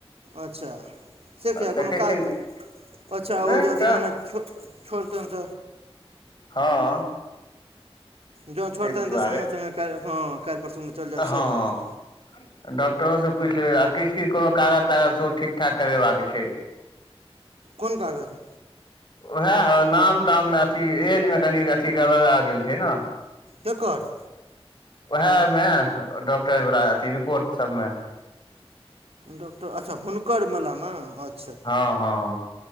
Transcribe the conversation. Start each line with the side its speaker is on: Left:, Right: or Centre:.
Right: अच्छा से किया
Left: देखै
Right: कोनो काज?
Left: छियै
Right: अ अच्छा
Left: ने
Right: ओ यदि
Left: का
Right: मने छोर छोड़तनि त।
Left: हँ
Right: जो छोड़तनि
Left: दुआरे
Right: त सङ्गे सङ्गे काल्हि कखनो काल्हि परसूमे चल जाएब
Left: हँ
Right: से बात
Left: डॉक्टरो स पूछि लेबै आ किछ किछ कोनो कागज तागज सेहो ठीक ठाक करेबाक छैय।
Right: कोन कागज?
Left: उहे अ नाम ताममे अथी एजमे कनि अथी गड़बड़ा गेल छैय न
Right: केकर?
Left: ओएह मे डॉक्टर वला अथी रिपोर्ट सबमे।
Right: डॉक्टर अच्छा हुनकर वलामे अच्छा।
Left: हँ हँ